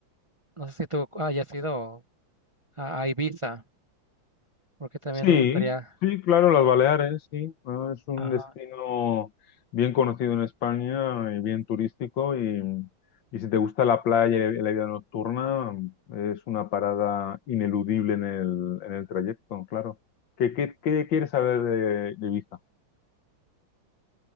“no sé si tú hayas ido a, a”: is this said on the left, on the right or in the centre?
Right